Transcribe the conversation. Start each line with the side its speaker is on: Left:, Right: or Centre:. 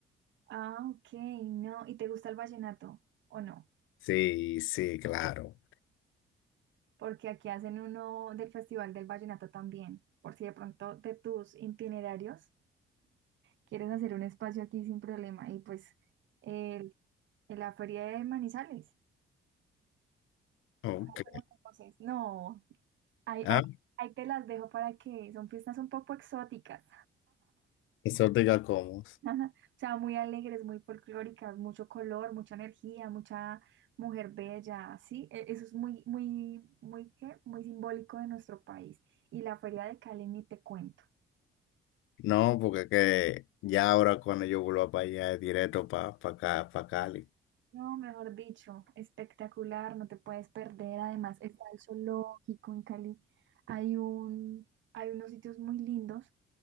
Right: Ah, ok, no. ¿Y te gusta el vallenato o no?
Left: Sí, sí, claro.
Right: Porque aquí hacen uno del Festival del Vallenato también, por si de pronto de tus itinerarios quieres hacer un espacio aquí sin problema. Y pues el- en la feria de Manizales.
Left: Ok.
Right: Bueno, entonces, no, Ahí,
Left: Ah,
Right: ahí- ahí te las dejo para que son fiestas un poco exóticas,
Left: exótica como.
Right: <laughs> o sea, muy alegres, muy folclóricas, mucho color, mucha energía, mucha mujer bella, sí, E- eso es muy, muy, muy, ¿qué? Muy simbólico de nuestro país. Y la Feria de Cali ni te cuento.
Left: No, porque que ya ahora cuando yo vuelva para allá es directo para acá, para Cali.
Right: No, mejor dicho, espectacular, no te puedes perder. Además, está el zoológico en Cali. Hay un, hay unos sitios muy lindos